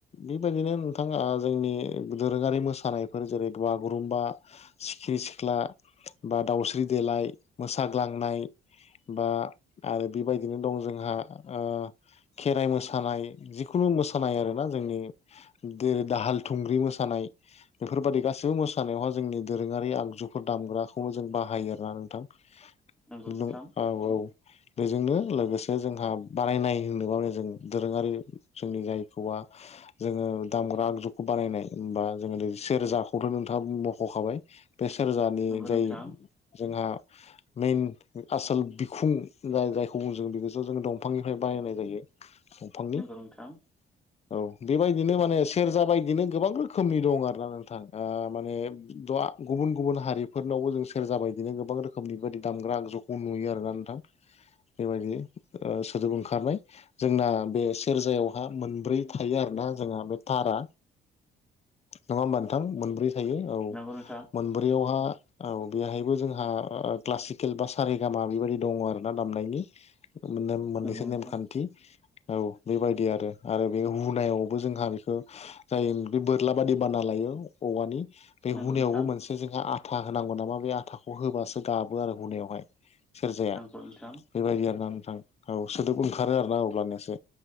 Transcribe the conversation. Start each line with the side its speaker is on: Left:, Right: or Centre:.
Left: बेबायदिनो नोंथाङा आ जोंनि दोरोङारि मोसानायफोर जेरै बागुरुम्बा सिखिरि सिख्ला बा दाावस्रि देलाय मोसाग्लांनाय बा आरो बेबायदिनो दं जोंहा ओ खेराइ मोसानाय जिखुनु मोसानाय आरोना जोंनि दो दाहाल थुंग्रि मोसानाय बेफोरबायादि गासैबो मोसानायावहा जोंनि दोरोङारि आगजुफोर दामग्राखौनो जों बाहायो आरोना नोंथां
Centre: नंगौ नोंथां
Left: नों औ औ। बेजोंनो लोगोसे जोंहा बानायनाय होनोबा जों दोरोङारि जोंनि जायखौवा जोङो दामग्रा आगजुखौ बानायनाय होमबा जोङो सेरजाखौथ' नोंथाङा बुंब'खाबाय बे सेरजानि
Centre: नंगौ नोंथां
Left: जाय जोंहा मेइन आसल बिखुं जाय-जायखौ बुं जों बेखौस जों दंफांनिफ्राय बानायनाय जायो। दंफांनि
Centre: नंगौ नोंथां
Left: औ बेबायदिनो माने सेरजा बायदिनो गोबां रोखोमनि दं आरो ना नोंथां ओ माने दया गुबुन गुबुन हारि फोरनावबो जों सेरजा बायदिनो गोबां रोखोमनि बेबादि दामग्रा आगजुखौ नुयो आरोना नोंथां। बेबायदि ओ सोदोब ओंखारनाय जोंना बे सेरजायावहा मोनब्रै थायो आरोना जोंहा बे थारा
Centre: <inaudible>
Left: नङा होमबा नोंथां मोनब्रै थायो औ
Centre: नंगौ नोंथां
Left: मोनब्रैयावहा औ बेहायबो जोंहा क्लासिकेल बा सारे गामा बेबायदि दङ आरो ना दामनायनि मोनोम मोननैसो
Centre: नंगौ नोंथां
Left: नेमखान्थि औ बेबायदि आरो आरो बे हुनायावबो जोंहा बेखौ जायो बे बोरला बादि बाना लायो औवानि बे
Centre: नंगौ
Left: हुनायावबो
Centre: नोंथां
Left: मोनसे जोंहा आथा होनांगौ नामा बे आथाखौ होबासो गाबो आरो हनायावहाय। सेरजाया
Centre: नंगौ नोंथां
Left: बेबायदि आरोना नोंथां। औ सोदोब ओंखारो आरोना अब्लानियासो